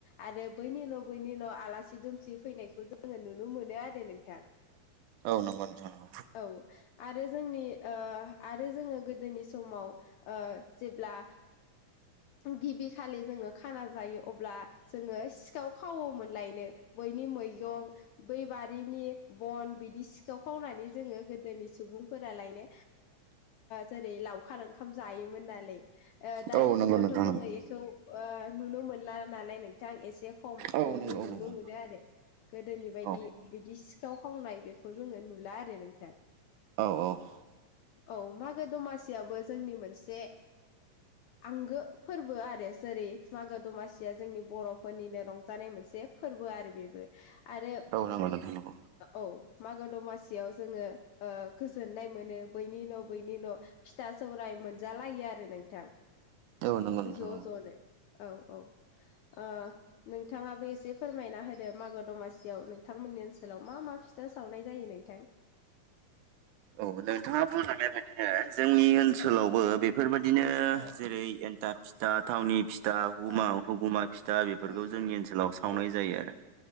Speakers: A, on the left; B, on the right.
A: आरो बैनि उनाव बैनि उनाव आलासि दुमसि फैनायखौ जोङो नुनो मोनो आरो नोंथां। <inaudible>
B: औ नंगौ नोंस नंगौ।
A: औ आरो जोंनि आरो जोङो गोदोनि समाव जेब्ला। गिबि खालि जोङो खाना जायो अब्ला। जोङो सिखाव खावोमोन लायनो बैनि मैगं। बै बारिनि बन बिदि सिखाव खावनानै जोङो गोदोनि सुबुंफोरालायनो। जेरै लावखार ओंखाम जायोमोन नालाय दानि
B: औ नंगौ
A: जुगाव।
B: नोंथां
A: थ' जोङो
B: नंगौ
A: बेखौ नुनो मोनला नालाय नोंथां एसे खमखौ
B: औ नंगौ
A: जों नुनो
B: नंगौ
A: मोनो आरो। गोदोनि बायदि
B: औ
A: बिदि सिखाव खावनाय बेखौ जोङो नुला आरो नोंथां।
B: औ औ।
A: औ मागो दमासियाबो जोंनि मोनसे आंगो। फोरबो आरो जेरै मागो दमासिया जोंनि बर'फोरनिनो रंजानाय मोनसे फोरबो आरो बेबो। आरो।
B: <inaudible>
A: औ मागो दमासियाव जोङो गोजोननाय मोनो बैनि न' बैनि न'। फिथा सौराय मोनजालायो आरो नोंथां।
B: औ नंगौ नोंथां
A: ज'
B: नंगौ
A: ज'नो औ औ आ। नोंथाङाबो एसे फोरमायना होदो मागो दमासियाव नोंथांमोननि ओनसोलाव मा मा फिथा सावनाय जायो नोंथां।
B: औ नोंथाङा बुंनानैबायाददिनो जोंनि ओनसोलावबो
A: औ
B: बे। बेफोरबायदिनो
A: औ
B: जेरै एन्थाब फिथा थावनि फिथा। हुगुमा
A: औ
B: हुगुमा फिथा बेफोरखौ
A: औ
B: जोंनि ओनसोलाव सावनाय
A: औ
B: जायो आरो।